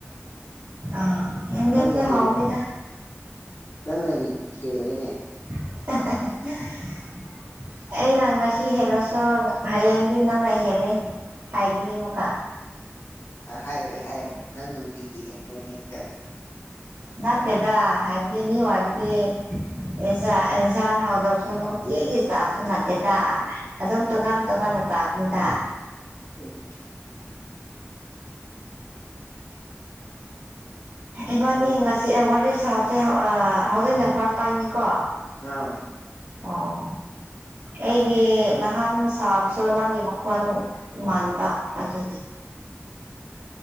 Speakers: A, on the right (about 75°); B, on the left (about 85°).
A: ꯑꯣ ꯌꯦꯟꯗꯦꯝ
B: ꯅꯪꯅ
A: ꯁꯨ
B: ꯍꯦꯜꯂꯦ
A: ꯍꯥꯎꯕꯅꯤꯗ
B: ꯅꯪꯅ ꯍꯦꯜꯂꯅꯤꯅꯦ
A: <inaudible> ꯑꯩꯅ ꯉꯁꯤ ꯍꯦꯜꯂꯁꯨ ꯍꯌꯦꯡꯗꯤ ꯅꯪꯅ ꯍꯦꯜꯂ ꯍꯥꯏꯒꯅꯤ ꯑꯃꯨꯛꯀ
B: ꯑ ꯍꯥꯏꯌꯣꯏ ꯍꯥꯏꯌꯣꯏ ꯅꯪꯅꯗꯤꯒꯤꯍꯦꯟ ꯂꯣꯏꯅꯦ ꯑꯩ ꯆꯪꯉꯦ
A: ꯅꯠꯇꯦꯗ ꯍꯥꯏꯕꯗꯤ ꯃꯤ ꯍꯥꯏꯕꯗꯤ ꯑꯦꯁꯥ ꯑꯦꯟꯁꯥꯡ ꯍꯥꯎꯗꯕꯁꯨꯣꯅ ꯀꯒꯤ ꯆꯁꯨ ꯅꯠꯇꯦꯗꯥ ꯑꯗꯨꯝ ꯇꯣꯉꯥꯟ ꯇꯣꯉꯥꯟꯅ ꯆꯥꯕꯅꯤꯗ
B: ꯎꯝ
A: ꯏꯕꯥꯅꯤꯒꯁꯤ
B: ꯎꯝ
A: ꯁꯤ ꯋꯥꯔꯤ ꯁꯥꯞꯁꯦ ꯍꯧꯖꯤꯛꯅ ꯐꯥꯔ ꯇꯥꯏꯅꯤꯀꯣ
B: ꯑꯥ
A: ꯑꯣ ꯑꯩꯗꯤ ꯅꯍꯥꯟ ꯁꯥꯕꯁꯨ ꯅꯪꯒꯤ ꯃꯈꯣꯟ ꯃꯟꯕ ꯑꯗꯨꯗꯤ